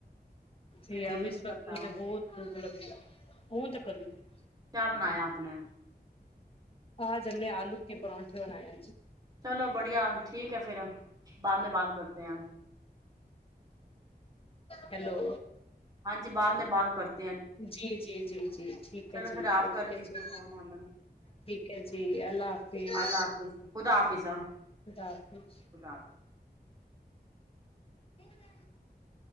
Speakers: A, on the left; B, on the right.
A: جی
B: پھر
A: اب
B: دل ہی
A: اس
B: نہیں
A: وقت
B: کرتا
A: مجھے
B: ہوں
A: بہت بھوک لگی ہے ا تو <unintelligible>
B: کیا بنایا اپپنے
A: ہاں ج ہم نے آلو کہ پرونٹھے بناائے
B: چلو بڑھیا ٹھیک ہے پھر بعد میں بات کرتے ہیں
A: ہیلو
B: ہاں جی بعد میں بعد کرتا
A: جی جی جی جی ٹھیک ہے
B: چلو
A: جی
B: پھر آپ
A: اوکے
B: کر دیجیے
A: جی
B: فون ہمیں
A: ٹھیک ہے جی اللہ حافظ
B: اللہ حافظ <unintelligible>
A: اداففظ
B: حافظ
A: <inaudible>